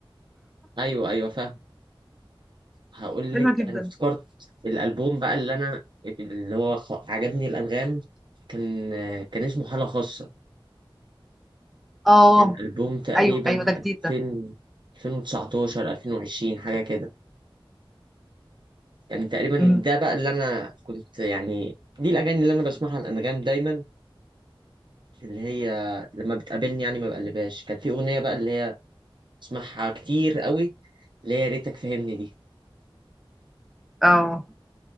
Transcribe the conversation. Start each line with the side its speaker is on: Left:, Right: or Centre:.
Right: ايوه ايوه فاهم هقول
Centre: حلوة
Right: لك
Centre: جدا
Right: انا افتكرت الالبوم بقى اللي انا اللي هو خ- عجبني الانغام كان كان اسمه حاله خاصه
Centre: اه
Right: كان ألبوم تقريبا
Centre: أيوه أيوه ده جديد
Right: 2000
Centre: ده
Right: 2019 2020 حاجة كده يعني تقريبا
Centre: مم.
Right: ده بقى اللي أنا كنت يعني دي الأغاني اللي أنا بسمعها على الأنغام دايما اللي هي لما بتقابلني يعني ما بقلبهاش كان في أغنية بقى اللي هي بسمعها كتير قوي اللي هي يا ريتك فهمني دي
Centre: اه